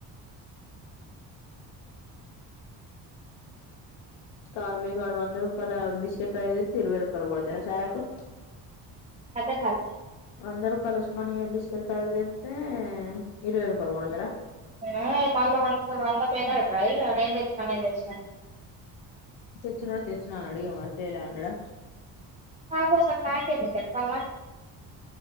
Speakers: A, on the left; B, on the right.
A: కాద మీ కాడ వంద రూపాాల బిస్ చెప్ప ఇరవై రూపాయలు కొడత సాాయకు
B: అర్థం కాలే
A: వంద రూపాయలు మన బిస్కెట్ ప్యాకెట్ తెస్తే ఇరవై రూపాయలు కొడతారా
B: అ బళ్ళ వంద వంద పేద అ ఇ న సమ లక్ష్మ్
A: తెచ్చనోడు తెచ్చిన అడిగ మరి తెలే అంటడా
B: నాకోసం నాకు ఎందుకు చెప్పమ్మా